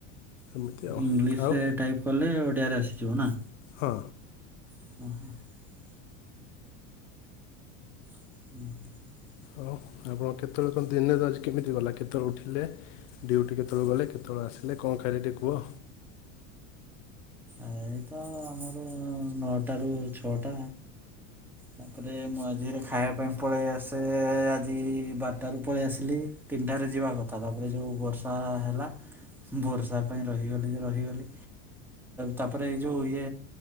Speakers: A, on the left (about 70°); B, in the centre.
A: ଏମିତି ଆଉ
B: ଇଂଲିଶରେ
A: ଆଉ
B: ଟାଇପ କଲେ ଓଡିଆରେ ଆସେ। ଯିବୁ ନା
A: ହଁ।
B: <inaudible> <inaudible>
A: ଆଉ କେତୋବେଳେ ଆପଣ ଦିନରେ ଆଜି କେମିତି ଗଲା କେତୋବେଳେ ଉଠିଲେ ଡ଼ିଉଟି କେତୋବେଳେ ଗଲେ କେତୋବେଳେ ଆସିଲେ କଣ ଖାଇଲେ ଟିକେ କୁହ
B: ଏଇ ତ ଆମର ନଅଟା ରୁ ଛଅଟା ତାପରେ ମୁଁ ମଝିରେ ଖାଇବା ପାଇଁ ପଳେଇ ଆସେ ଆଜି ବାରଟା ରୁ ପଳେଇ ଆସିଲି ତିନିଟାରେ ଯିବା କଥା ତାପରେ ଯୋଉ ବର୍ଷା ହେଲା ବର୍ଷା ପାଇଁ ରହିଗଲି ଯେ ରହିଗଲି। ତାପରେ ଏଇ ଯୋଉ ଇଏ